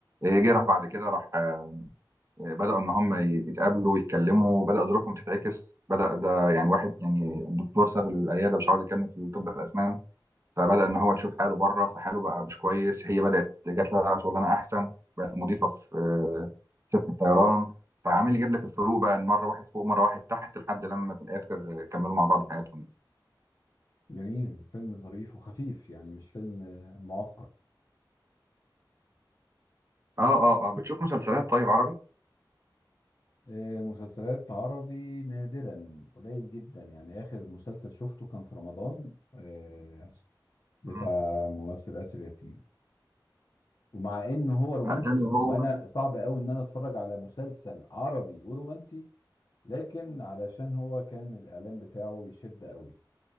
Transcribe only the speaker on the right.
جه راح بعد كده راح آه، بدأوا إن هم ي- يتقابلوا ويتكلموا بدأ ظروفهم تتعكس بدأ ده يعني واحد يعني الدكتور ساب العيادة مش عاوز يكمل في طب الأسنان فبدأ إن هو يشوف حاله بره فحاله بقى مش كويس هي بدأت جات لها شغلانة أحسن بقت مضيفة في آه، شركة طيران فعامل يجيب لك الفروق بقى إن مرة واحد فوق مرة واحد تحت لحد لما في الآخر كملوا مع بعض حياتهم
آه آه آه بتشوف مسلسلات طيب عربي؟
مم.
آه، ده اللي هو